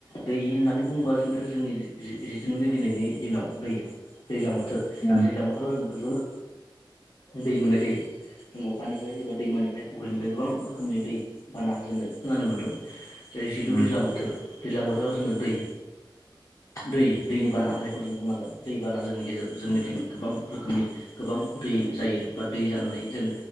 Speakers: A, on the left; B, on the left.
A: दै होननानै बुंबा जोंथु जोंनि जिथुुनुखि दिनैनि दिनाव दै दैज्लां बोथोर
B: उम
A: दैज्लां बोथोराव जों जोबोद दै मोननाय जायो जों अखानि एबा दैमानिफ्राय फुख्रिनिफ्राय गोबां रोखोमनि दै बाना जोङो खोनानो मोनदों। जेरै जिहेथु
B: उम
A: दैज्लां बोथोर दैज्लां बोथोराव जोङो दै
B: <inaudible>
A: दै दैनि बाना जायखौ जों बुंनांगोन दै बाना जोंनि गेजेराव जों मिथिं गोबां रोखोमनि गोबां दै दै जायो एबा दै जानानै जों